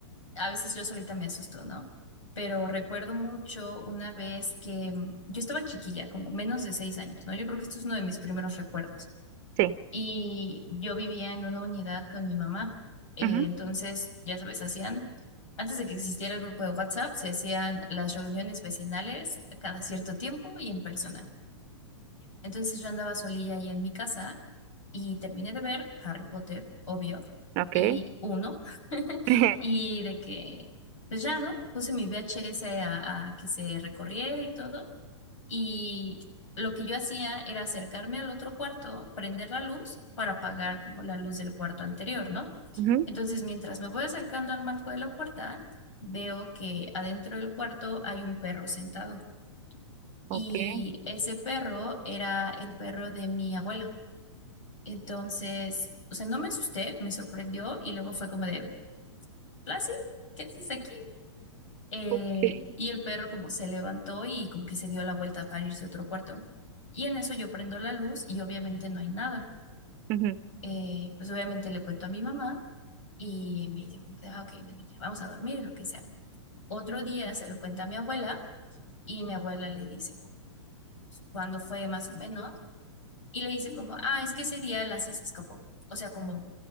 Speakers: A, on the left (about 80°); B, on the right (about 40°).
A: a veces yo solita me asusto, ¿no? Pero recuerdo mucho una vez que mm, yo estaba chiquilla, como menos de seis años, ¿no? Yo creo que esto es uno de mis primeros recuerdos.
B: sí,
A: Y yo vivía en una unidad con mi mamá. Eh,
B: ujú,
A: entonces, ya sabes, hacían, antes de que existiera el grupo de WhatsApp, se hacían las reuniones vecinales cada cierto tiempo y en persona. Entonces yo andaba solilla ahí en mi casa y terminé de ver Harry Potter, obvio,
B: ok.
A: y uno, <laughs>
B: <laughs>
A: y de que, pues ya, ¿no? Puse mi VHS a, a que se recorriera y todo, y lo que yo hacía era acercarme al otro cuarto, prender la luz para apagar como la luz del cuarto anterior, ¿no?
B: Ujú,
A: Entonces, mientras me voy acercando al marco de la puerta, veo que adentro del cuarto hay un perro sentado. Y
B: ok.
A: ese perro era el perro de mi abuela. Entonces, o sea, no me asusté, me sorprendió y luego fue como de, Lassie, ¿qué haces aquí? Eh,
B: Ok.
A: y el perro como se levantó y como que se dio la vuelta para irse a otro cuarto. Y en eso yo prendo la luz y obviamente no hay nada.
B: Ujú,
A: Eh, pues obviamente le cuento a mi mamá y me dice como de, ah, ok, bueno, ya vamos a dormir y lo que sea. Otro día se lo cuenta a mi abuela y mi abuela le dice, cuando fue más o menos? Y le dice como, ah, es que ese día Lassie se escapó. O sea, como